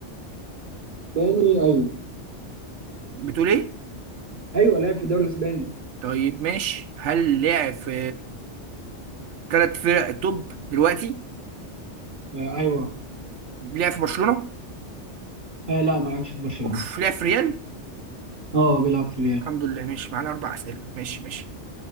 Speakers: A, on the right; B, on the right.
A: اسباني ايوه
B: بتقول ايه؟
A: ايوه لعب في الدوري الاسباني
B: طيب ماشي هل لعب في ثلاث فرق توب دلوقتي؟
A: آه ايوه
B: لعب في برشلونة؟
A: آه لا ما لعبش في برشلونة
B: اوف لعب في ريال؟
A: اه بيلعب في ريال
B: الحمد لله ماشي معانا اربع اسئله ماشي ماشي